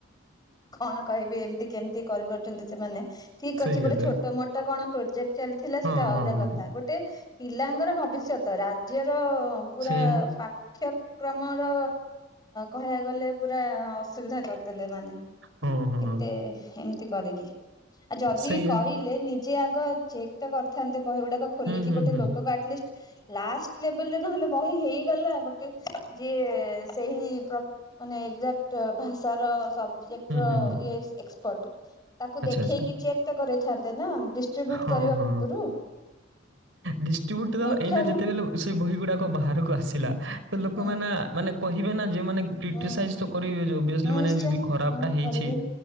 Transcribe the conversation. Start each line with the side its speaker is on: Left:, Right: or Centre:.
Left: କଣ କହିବି ଏମିତି କେମତି କରିପାରୁଛନ୍ତି ସେମାନେ ଠିକ
Right: ସେଇଆ
Left: ଅଛି ଗୋଟେ
Right: ତ
Left: ଛୋଟ ମୋଟ କଣ ପ୍ରୋଜେକ୍ଟ ଚାଲିଥିଲା
Right: ହଁ
Left: ସେଇଟା ଅଲଗା
Right: ହଁ ହଁ
Left: କଥା ଗୋଟେ େ ପିଲାଙ୍କର ଭବିଷ୍ୟତ ରାଜ୍ୟର ପୁରା
Right: ସେଇଆ
Left: ପାଠ କ୍ରମର କହିବା ଗଲେ ପୁରା ଅସୁବିଧା କରିଦେଲେ ମାନେ
Right: ହଁ ହଁ
Left: ଏତେ
Right: ହଁ
Left: ଏମିତି କରିକିି ଆଉ ଯଦି
Right: ସେଇଆ
Left: ବି କରି ନିଜେ ଆଗ ଚେକ୍ ତ କରିଥାନ୍ତେ ବହି ଗୁଡାକ ଖୋଲିକି
Right: ହୁଁ ହୁଁ
Left: ଗୋଟେ
Right: ହୁଁ
Left: ଲୋକ କୁ ଆଟ୍ଲିଷ୍ଟ ଲାଷ୍ଟ ଲେବଲରେ ନହେଲେ ବହି ହେଇଗଲା ଗୋଟେ ଯିଏ ସେହି ପ୍ର ମାନେ ଏକ୍ଜାକ୍ଟ ଭାଷାର ସବ ଯିଏ
Right: ହୁଁ ହୁଁ ହୁଁ
Left: ଏକ୍ସପର୍ଟ ତାକୁ
Right: ଆଚ୍ଛା
Left: ଦେଖେଇକି
Right: ଆଚ୍ଛା
Left: ଚେକ୍ ତ କରଥାନ୍ତେ ନା ଡିଷ୍ଟ୍ରିବ୍ୟୁଟ
Right: ହଁ
Left: କରିବା
Right: ହଁ
Left: ପୂର୍ବରୁ
Right: ଡିଷ୍ଟ୍ରିବ୍ୟୁଟ ତ
Left: ମୂର୍ଖାମି
Right: ଏଇ ନା ଯେତେ କି ଲକ୍ ସେ ବହି ଗୁଡାକ ବାହାରକୁ ଆସିଲା ତ ଲୋକମାନେ
Left: ହୁଁ
Right: ମାନେ କହିବେ ନା ଯେଉମାନେ। କ୍ରିଟିସାଇଜ
Left: ହୁଁ
Right: ତ କରିବେ ଅବିଅସ୍ଲି
Left: ହୁଁ
Right: ମାନେ
Left: ନିଶ୍ଚୟ
Right: ଯଦି ଖରାପଟା
Left: ହଁ
Right: ହେଇଛି
Left: କରିବେ